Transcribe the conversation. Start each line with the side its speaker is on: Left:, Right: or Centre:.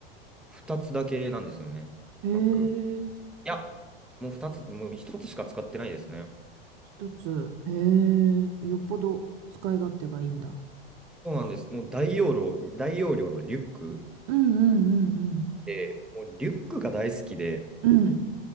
Centre: 2つだけなんですよね、
Right: へ
Centre: バッグ。
Right: え、
Centre: いや、もう2つ、もう1つしか使ってないですね。
Right: 一つ。へえ、よっぽど使い勝手がいいんだ。
Centre: そうなんです。もう大容量、大容量のリュック
Right: うんうんうんうん。
Centre: で、もうリュックが大好きで、
Right: うん